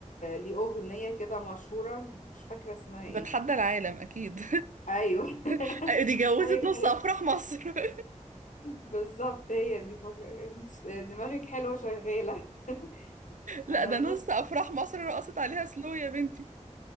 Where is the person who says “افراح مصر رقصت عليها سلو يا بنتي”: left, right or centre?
Right